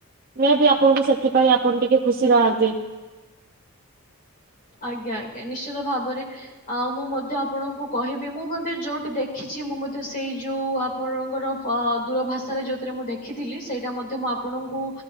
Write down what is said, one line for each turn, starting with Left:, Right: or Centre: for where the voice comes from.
Right: ମେବି ଆପଣଙ୍କୁ ସେଥିପାଇଁ ଆପଣ ଟିକେ ଖୁସି ନାହାନ୍ତି।
Left: ଆଜ୍ଞା ଆଜ୍ଞା। ନିଶ୍ଚିତ ଭାବରେ ଆଉ ମୁଁ ମଧ୍ୟ ଆପଣଙ୍କୁ କହିବି ମୁଁ ମଧ୍ୟ ଯୋଉଠି ଦେଖିଛି ମୁଁ ମଧ୍ୟ ସେଇ ଯୋଉ ଆପଣଙ୍କର ଦୂର ଭାଷାରେ ଯୋଉଥିରେ ମୁଁ ଦେଖିଥିଲି ସେଇଟା ମଧ୍ୟ ମୁଁ ଆପଣଙ୍କୁ